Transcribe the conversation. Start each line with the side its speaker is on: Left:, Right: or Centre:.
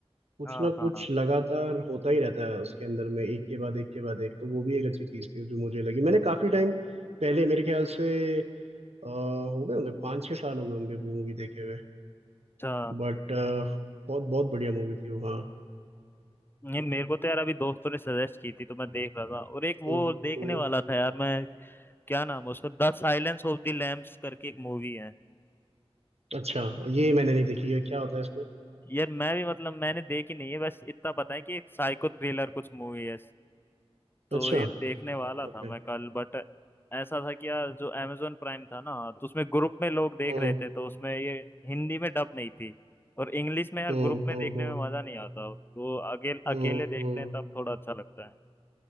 Right: कुछ
Left: हाँ
Right: ना कुछ
Left: हाँ
Right: लगातार होता ही रहता है उसके अंदर में एक के बाद एक के बाद एक तो वो भी एक अच्छी चीज थी जो मुझे लगी मैंने काफी टाइम पहले मेरे ख्याल से अ, हो गए होंगे पाँच छह साल हो गए होंगे वो मूवी देखे हुए
Left: अच्छा
Right: बट बहुत बहुत बढ़िया मूवी थी वो हाँ
Left: ये मेरे को तो यार अभी दोस्तों ने सजेस्ट की थी तो मैं देख रहा था और एक वो
Right: हम्म
Left: देखने
Right: हम्म।
Left: वाला था यार मैं क्या नाम है उसका The silence of the lambs करके एक मूवी है
Right: अच्छा ये मैंने नहीं देखी है क्या होता है इसमें
Left: यार मैं भी मतलब मैंने देखी नहीं है बस इतना पता है कि एक साइको थ्रिलर कुछ मूवी है तो
Right: अच्छा
Left: ये देखने वाला
Right: ओके
Left: था मैं कल बट ऐसा था कि यार जो amazon प्राइम था ना तो उसमें ग्रुप में लोग देख
Right: हम्म
Left: रहे थे तो उसमें ये हिंदी में डब नहीं थी और इंग्लिश में यार
Right: हम्म
Left: ग्रुप में
Right: हम्म
Left: देखने
Right: हम्म
Left: में मजा नहीं आता तो अकेले
Right: हम्म
Left: अकेले देखते
Right: हम्म
Left: हैं तब थोड़ा अच्छा लगता है